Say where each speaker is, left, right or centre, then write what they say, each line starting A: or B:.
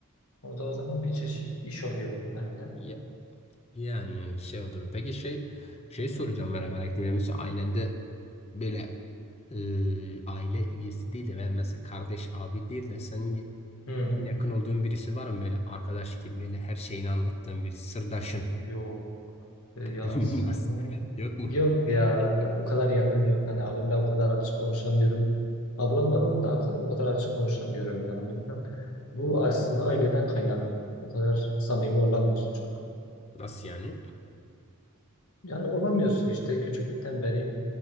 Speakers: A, on the left; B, on the left.
A: o da o zaman bir çeşit iş oluyor herhalde.
B: Ya- Yani şey oluyor. Peki şey şey soracağım
A: Hmm.
B: merak merak ettim. Yani Mesela ailende böyle e, aile üyesi değil de veya mesela kardeş abi değil de senin
A: Hmm.
B: en yakın olduğun birisi var mı böyle arkadaş gibi böyle her şeyini anlattığın bir sırdaşın
A: Yok. E, Yasını.
B: <laughs> nasıl yok mu
A: Yok ya. Yok o kadar yakın yok. Hani abimle o kadar açık konuşamıyorum. Ablamla da o kadar açık konuşamıyorum ya. Bilmiyorum. Bu aslında aileden kaynaklı. O kadar samimi olamıyorsun çok.
B: nasıl yani
A: Yani olamıyorsun işte küçüklükten beri